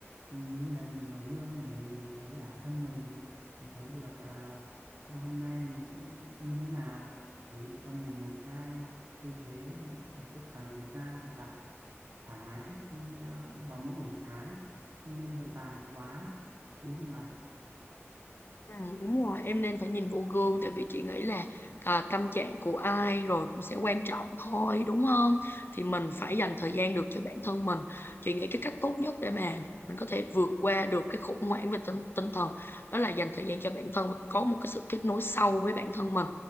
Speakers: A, on the right; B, on the left.
A: Ừ, như là nhìn vào gương để nhìn thấy bản thân mình mình thấy được à, sẽ hôm nay mình sẽ như thế nào chuẩn bị cho mình một cái tư thế một cái khoảng thời gian thật là thoải mái trước khi à, vào mỗi buổi sáng không nên vội vàng quá đúng không ạ
B: Ừ, đúng rồi em nên phải nhìn vô gương tại vì chị nghĩ là à, tâm trạng của ai rồi cũng sẽ quan trọng thôi đúng không thì mình phải dành thời gian được cho bản thân mình chị nghĩ cái cách tốt nhất để mà mình có thể vượt qua được cái khủng hoảng về tinh, tinh thần đó là dành thời gian cho bản thân và có một cái sự kết nối sâu với bản thân mình